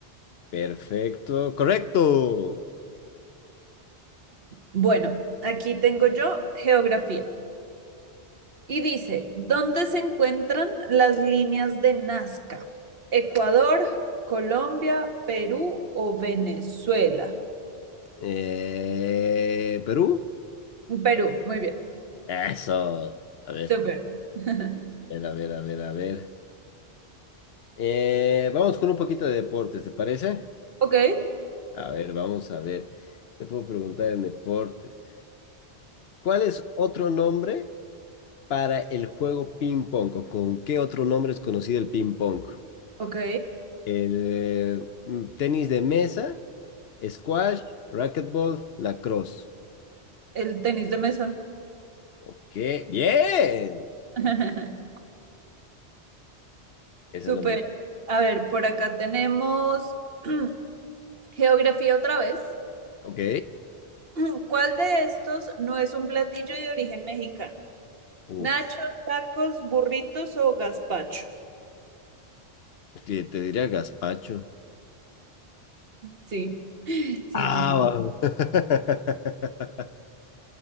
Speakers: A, on the left; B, on the right.
A: Perfecto, correcto.
B: Bueno, aquí tengo yo geografía. Y dice, ¿dónde se encuentran las líneas de Nazca? ¿Ecuador, Colombia, Perú o Venezuela?
A: Eh, ¿Perú?
B: Perú, muy bien.
A: Eso. A ver,
B: Súper. <laughs>
A: a ver, a ver, a ver. a ver. Eh, vamos con un poquito de deportes, ¿te parece?
B: Ok,
A: A ver, vamos a ver. Te puedo preguntar en deportes. ¿Cuál es otro nombre para el juego ping pong? ¿O con qué otro nombre es conocido el ping pong?
B: ok.
A: El eh, mm, tenis de mesa, squash, racquetball, lacrosse.
B: El tenis de mesa.
A: Ok, bien.
B: <laughs>
A: Esa
B: Súper.
A: no me la...
B: A ver, por acá tenemos <clears throat> geografía otra vez.
A: Ok.
B: <clears throat> ¿Cuál de estos no es un platillo de origen mexicano?
A: Uf,
B: ¿Nachos, tacos, burritos o gazpacho?
A: sí, te diría gazpacho.
B: Sí, <laughs> sí, sí,
A: Ah,
B: sí.
A: va- <laughs>